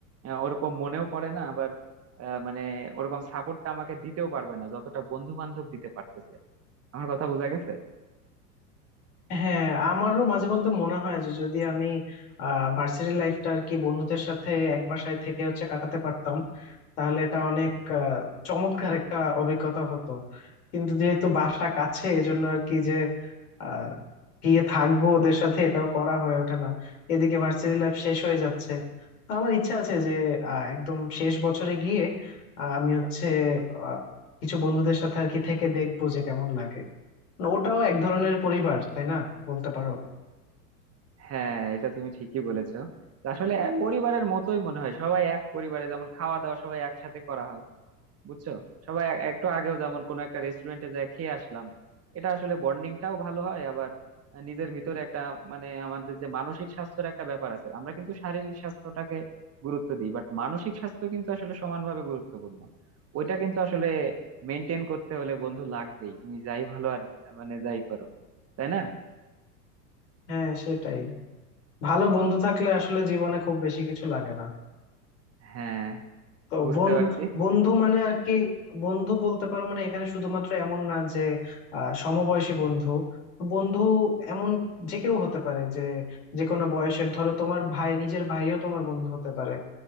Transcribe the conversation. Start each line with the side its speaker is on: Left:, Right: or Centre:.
Right: ওরকম মনেও পড়ে না আবার আহ, মানে ওরকম সাপোর্টটা আমাকে দিতেও পারবে না যতটা বন্ধু বান্ধব দিতে পারতেছে আমার কথা বোঝা গেছে
Left: হ্যাঁ আমারও মাঝে মধ্যে মনে হয় যে যদি আমি ভার্সিটি লাইফটা আর কি বন্ধুদের সাথে এক বাসায় থেকে হচ্ছে কাটাতে পারতাম তাহলে এটা অনেক আহ, চমৎকার একটা অভিজ্ঞতা হতো কিন্তু যেহেতু বাসা কাছে এজন্য আর কি যে আহ, গিয়ে থাকবো ওদের সাথে এটাও করা হয়ে ওঠে না এদিকে ভার্সিটি লাইফ শেষ হয়ে যাচ্ছে তো আমার ইচ্ছা আছে যে আহ, একদম শেষ বছরে গিয়ে আহ, আমি হচ্ছে আহ, কিছু বন্ধুদের সাথে আর কি থেকে দেখবো যে কেমন লাগে মানে ওটাও এক ধরনের পরিবার তাই না বলতে পারো
Right: হ্যাঁ এটা তুমি ঠিকই বলেছো আসলে এক পরিবারের মতোই মনে হয় সবাই এক পরিবারে যেমন খাওয়া দাওয়া সবাই একসাথে করা হয় বুঝছো সবাই এক- একটু আগেও যেমন কোনো একটা রেস্টুরেন্টে যায় খেয়ে আসলাম এটা আসলে বন্ডিংটাও ভালো হয় আবার আহ, নিজের ভিতরে একটা মানে আমাদের যে মানসিক স্বাস্থ্যের একটা ব্যাপার আছে আমরা কিন্তু শারীরিক স্বাস্থ্যটাকে গুরুত্ব দিই বাট মানসিক স্বাস্থ্য কিন্তু আসলে সমানভাবে গুরুত্বপূর্ণ ওইটা কিন্তু আসলে মেনটেন করতে হলে বন্ধু লাগবেই তুমি যাই ভালো আর মানে যাই করো তাই না
Left: হ্যাঁ সেটাই ভালো বন্ধু থাকলে আসলে জীবনে খুব বেশি কিছু লাগে না
Right: হ্যাঁ
Left: তো
Right: বুঝতে
Left: বোন
Right: পারছি
Left: বন্ধু মানে আর কি বন্ধু বলতে পারো মানে এখানে শুধুমাত্র এমন না যে আহ সমবয়সী বন্ধু বন্ধু এমন যে কেউ হতে পারে যে যে কোনো বয়সের ধরো তোমার ভাই নিজের ভাইও তোমার বন্ধু হতে পারে